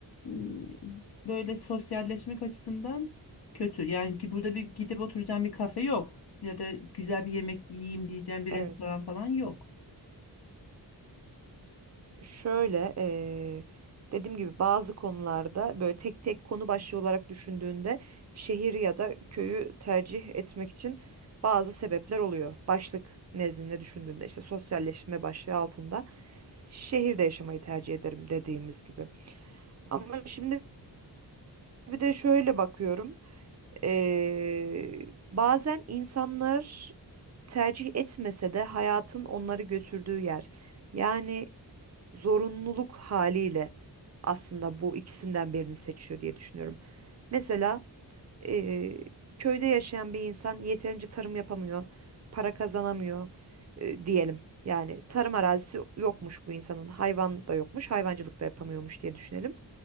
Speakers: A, on the left; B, on the right.
A: ım, böyle sosyalleşmek açısından kötü. Yani ki burada bir gidip oturacağım bir kafe yok ya da güzel bir yemek yiyeyim diyeceğim bir
B: Evet.
A: restoran falan yok.
B: Şöyle eee, dediğim gibi bazı konularda böyle tek tek konu başlığı olarak düşündüğünde şehir ya da köyü tercih etmek için bazı sebepler oluyor. Başlık nezdinde düşündüğünde işte sosyalleşme başlığı altında şehirde yaşamayı tercih ederim dediğimiz gibi. Ama şimdi bir de şöyle bakıyorum. Ee, bazen insanlar tercih etmese de hayatın onları götürdüğü yer. Yani zorunluluk haliyle aslında bu ikisinden birini seçiyor diye düşünüyorum. Mesela Eee, köyde yaşayan bir insan yeterince tarım yapamıyor, para kazanamıyor e, diyelim. Yani tarım arazisi yokmuş bu insanın, hayvan da yokmuş, hayvancılık da yapamıyormuş diye düşünelim.